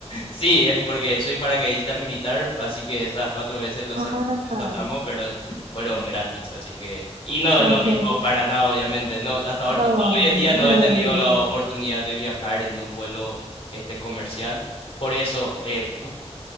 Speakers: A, on the left; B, on the right.
A: Sí, es porque soy paracaidista militar, así que esas cuatro veces lo,
B: Ah,
A: sal- lo saltamos, pero fueron gratis, así que... Y no
B: ok.
A: es lo mismo para nada, obviamente. No, hasta ahora,
B: No,
A: hasta hoy
B: no, no,
A: en día
B: no
A: no he
B: es
A: tenido
B: lo mismo.
A: la oportunidad de viajar en un vuelo este, comercial. Por eso, eh, ¿tú